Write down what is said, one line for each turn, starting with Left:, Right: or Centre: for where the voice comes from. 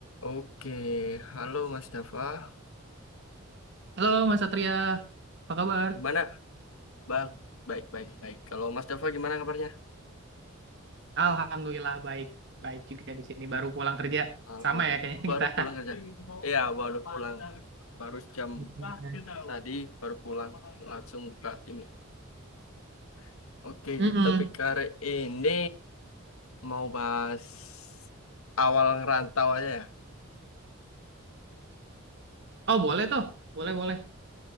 Left: Oke, halo Mas Dafa.
Right: Halo Mas Satria, apa kabar?
Left: Gimana? Bang, baik, baik, baik. Kalau Mas Dafa gimana kabarnya?
Right: Alhamdulillah baik, baik juga di sini baru pulang kerja.
Left: Alhamdulillah.
Right: Sama ya kayaknya
Left: Baru
Right: kita.
Left: pulang kerja. Iya, baru pulang. Baru jam
Right: <laughs>
Left: tadi baru pulang. Langsung buka ini. Oke,
Right: Mm-mm.
Left: kita pikir ini mau bahas awal ngerantau aja ya.
Right: Oh boleh tuh, boleh boleh.